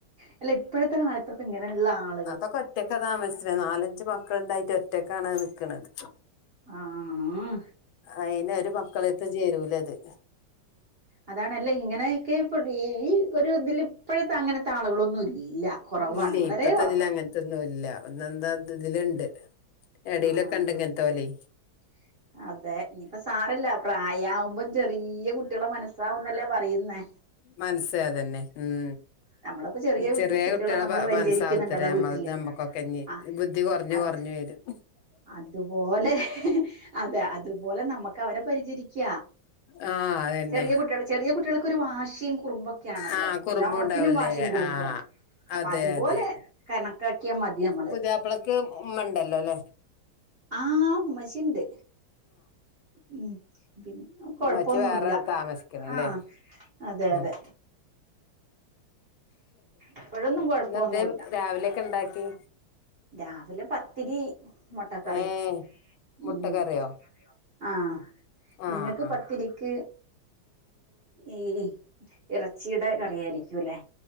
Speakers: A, on the right; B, on the left.
A: അല്ലഇപ്പോഴത്തെ കാലത്തൊക്കെഇങ്ങനെള്ള ആൾ
B: അതൊക്കെഒറ്റക്കാ താമസ്ച്ച്ണെ നാലഞ്ചുമക്കളുണ്ടായിട്ട് ഒറ്റക്കാണ് നി ക്ക്ണത്
A: ആഹ്
B: അയിനഒരു മക്കളെത്ത്ചേരൂലത്
A: അതാണല്ലെ ഇങ്ങനെയൊക്കെ ഇപ്പ ഈ ഒരുഇതിൽ ഇപ്പോഴത്തെഅങ്ങനത്തെ ആളുകളൊന്നും <unintelligible> കുറവാണ്
B: ഇല്ലേയ്
A: വളരെ
B: ഇപ്പത്തെഇതിലങ്ങനത്തെന്നുംല്ല
A: കുറവാ
B: ഒന്നെന്താത്ഇതിലുണ്ട് എടയിലൊക്കെ
A: ആഹ്
B: ഇണ്ട്ങ്ങ്ൻത്തൊയ്
A: <inaudible> അതെ ഇപ്പോ സാറല്ല പ്രായാആവുമ്പം ചെറീയ്യകുട്ടിയാളെ മനസ്സാവുന്നല്ലേപറയുന്നേ?
B: മനസ്സേതന്നെ ഉം
A: നമ്മളിപ്പോ ചെറിയ
B: ചെറിയകുട്ടികളെ
A: കുട്ടികളെ നമ്മള് പരിചരിക്കുന്നുണ്ടല്ലോ
B: മനസ്സാവംത്തരെ നമ്മൾ
A: വീട്ടില്
B: നമ്മുക്കൊക്കെ ഇഞ്
A: ആ
B: ബുദ്ധികുറഞ്ഞുകുറഞ്ഞ്
A: അത്
B: വരും
A: അതുപോലെ അതെ അതുപോലെനമുക്കവരെ പരിചരിക്ക
B: ആഹ് അതന്നെ
A: ചെറിയ കുട്ടിയാള് ചെറിയകുട്ടികൾക്കൊരു വാശിം കുറുമ്പൊക്കൊണല്ലോ
B: ആഹ് കുറുമ്പുണ്ടാവൂലേ
A: എല്ലാത്തിനുംവാശിയ ഉ റുമ്പാണ്
B: ആഹ്
A: അപ്പൊഅതുപോലെ
B: അതെ അതെ
A: കണക്കാക്കിയാമതിനമ്മള്
B: പുതിയാപ്പളക്ക് ഉമ്മ ഉണ്ടല്ലോ അല്ലെ
A: ആ ഉമ്മച്ചിൻണ്ട് ഉം പിന്നെകൊഴപ്പൊന്നുല്ല
B: ഉമ്മച്ചി വേറെ താമസിക്കണല്ലേ
A: ആ അതെഅതെ
B: ഉം
A: ഇപ്പോഴൊന്നും കൊഴപ്പോന്നുല്ല
B: ഇന്നെന്തേ രാവിലെയൊക്കെ ഉണ്ടാക്കി
A: രാവിലെ പത്തിരി മൊട്ടക്കറിം
B: ഏഹ് മുട്ടക്കറിയോ
A: ഉം. ആ
B: ആഹ്
A: നിങ്ങൾക്ക്
B: ആഹ്
A: പത്തിരിക്ക് ഈ ഇറച്ചിയുടെ കറിയയിരിക്കൂല്ലേ